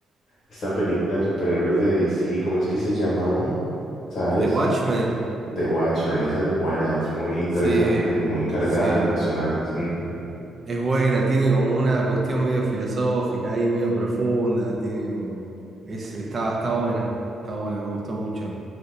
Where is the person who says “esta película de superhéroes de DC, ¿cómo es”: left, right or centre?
Left